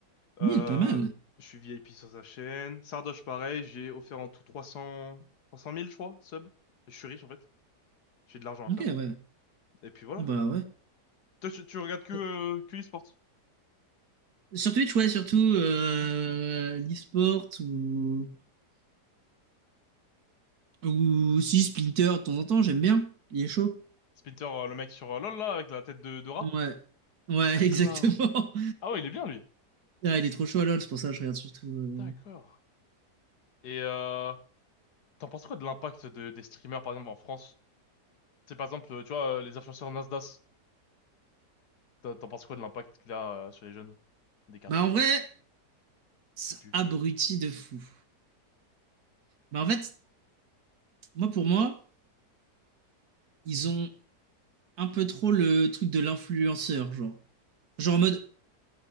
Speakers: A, on the left; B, on the right.
A: Euh,
B: Mille, pas mal.
A: je suis VIP sur sa chaîne. Sardoche, pareil, j'ai offert en tout trois cents, trois cent mille je crois, sub. Je suis riche, en fait. J'ai de l'argent à
B: Ok,
A: perdre.
B: ouais.
A: Et puis voilà.
B: Ah bah ouais.
A: Toi, tu, tu regardes que, euh,
B: Euh,
A: que l'e-sport.
B: Sur Twitch, ouais, surtout euh, l'e-sport ou... ou si Splinter de temps en temps, j'aime bien. Il est chaud.
A: Splinter, euh, le mec sur euh, LoL, là, avec la tête de, de rat.
B: Ouais. Ouais,
A: D'accord.
B: <laughs> exactement.
A: Ah ouais, il est bien, lui.
B: Ah, il est trop chaud à LoL, c'est pour ça que je regarde surtout. euh.
A: D'accord. Et euh, t'en penses quoi de l'impact de, des streamers, par exemple, en France? C'est par exemple, euh, tu vois, euh, les influenceurs Nasdaq. T'en t'en penses quoi de l'impact qu'il a euh, sur les jeunes des quartiers
B: Bah en vrai, ça
A: qui puent?
B: abrutit de fou. Bah en fait, Moi, pour moi, ils ont un peu trop le truc de l'influenceur, genre. Genre en mode,